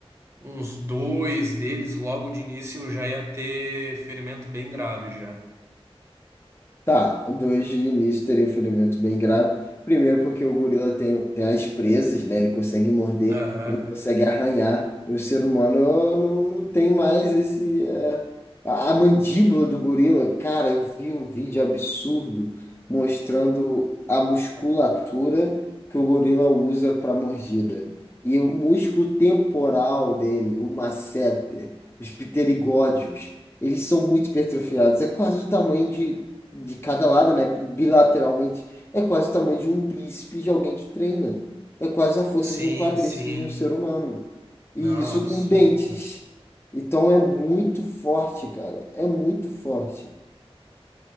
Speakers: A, on the right; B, on the left.
A: uns dois deles logo de início já ia ter ferimento bem grave já.
B: Tá, dois de início teria um ferimento bem grave. Primeiro, porque o gorila tem, tem as presas, né? Ele consegue morder,
A: Aham.
B: ele consegue arranhar. E o ser humano não, não tem mais esse. é, a, a mandíbula do gorila. Cara, eu vi um vídeo absurdo mostrando a musculatura que o gorila usa para mordida. E o músculo temporal dele, o masseter, os pterigódeos, eles são muito hipertrofiados. É quase o tamanho de de cada lado, né? Bilateralmente. É quase o tamanho de um bíceps de alguém que treina. É quase a força
A: Sim,
B: de um quadríceps
A: sim.
B: de um ser humano.
A: Não,
B: E isso
A: absurdo,
B: com dentes.
A: cara.
B: Então é muito forte, cara. É muito forte.